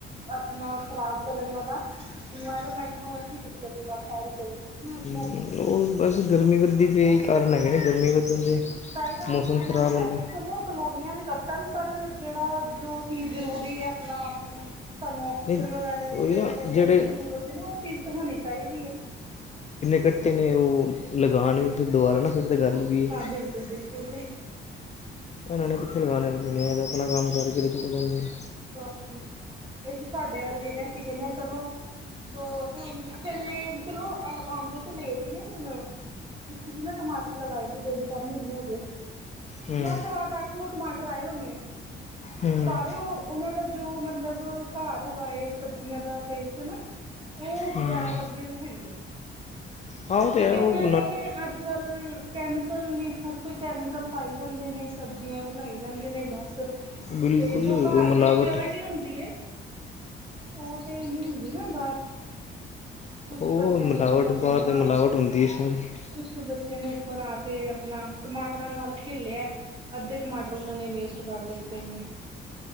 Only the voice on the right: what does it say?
ਆਪਣਾ ਖ਼ਰਾਬ ਕਰਨ ਵਾਲਾ ਇਨਵਾਰਮ ਇਸਨੂੰ ਇਹੀ ਦਿੱਕਤ ਹੈ ਸਾਰੀ। ਚੱਲਦੀ ਪਈ ਨਾ ਅੱਜ
ਕੱਲ
ਚਾਹੀਦਾ ਨੀ
ਹੈ ਇਹਨਾਂ
ਨੂੰ ਵੈਸੇ
ਚਲੋ ਕਲੋਨੀਆਂ ਵੀ ਕੱਟ ਪਰ ਜਿਹੜਾ ਜੋ ਚੀਜ਼ ਜ਼ਰੂਰੀ ਹੈ ਆਪਣਾ ਆਪ ਨੂੰ ਸਾਨੂੰ ਆਕਸੀਜਨ
ਵਗੈਰਾ ਲਈ
ਪੇੜ
ਪੌਦੇ
ਦੀ ਜ਼ਰੂਰਤ ਹੈ ਨਾ ਉਹ ਚੀਜ਼ ਤੇ ਹੋਣੀ ਚਾਹੀਦੀ ਹੈ।
ਹਾਂ ਬਿਲਕੁਲ ਬਿਲਕੁਲ ਜੀ।
ਬਸ ਵੀ ਏ ਤੇ ਸਾਡੇ ਵਰਗੇ ਨੇ ਅਸੀਂ ਕਹਿਨੇ ਆ ਚਲੋ ਦ ਅਸੀਂ ਹੁਣ ਪਿੱਛੇ ਜੀ ਚਲੋ ਆਉਂਦੇ ਤੇ ਲੇਟ ਹੀ ਨੇ ਹੁਨ। ਪਿੱਛੇ ਜੀ ਨਾ ਟਮਾਟਰ ਲਗਾਏ ਸੀ ਤਿੰਨ ਚਾਰ ਮਹੀਨੇ ਹੋ ਗਏ।
ਵੱਧ ਤੋਂ ਵੱਧ ਅੱਠ ਨੌ ਟਮਾਟਰ ਆਏ ਹੋਣੇ ਆ
ਉਤਾਰੇ ਉਹ ਉਹਨਾਂ ਦਾ ਜੋ ਮਤਲਬ ਘਰ ਉਗਾਏ ਸਬਜ਼ੀਆਂ ਦਾ ਟੇਸਟ ਹਨਾ ਉਹ ਬਾਜ਼ਾਰਾਂ
ਵਰਗੀਆਂ ਤਾਂ ਹੈਨੀ।
ਕਿਉਂਕਿ
ਉਹਨਾਂ ਨੇ ਅੱਜ ਕੱਲ ਕੈਮੀ ਕਲ ਨੇ ਹਰ ਕੋਈ ਕੈਮੀਕਲ ਪਾਈ ਜਾਂਦੇ ਨੇ ਸਬਜ਼ੀਆਂ ਬਣਾਈ ਜਾਂਦੇ ਨੇ ਬਸ
ਤੇ ਜੋ ਘਰ
ਦੀ ਪਿਓਰਿਟੀ ਹੁੰਦੀ ਹੈ ਉਹ ਤੇ ਹੁੰਦੀ ਨਾ ਬਾਰ। ਕੁਛ
ਬੱਚਿਆਂ
ਨੇ ਉਪਰ <unintelligible>
ਕੁਛ ਬੱਚਿਆਂ ਨੇ ਉਪਰ ਆ ਕੇ ਆਪਣਾ ਟਮਾਟਰਾਂ ਨਾਲ ਖੇਲਿਆ। ਅੱਧੇ ਟਮਾਟਰ ਉਹਨਾਂ ਨੇ ਵੇਸਟ ਕਰ ਦਿੱਤੇ ਨੇ।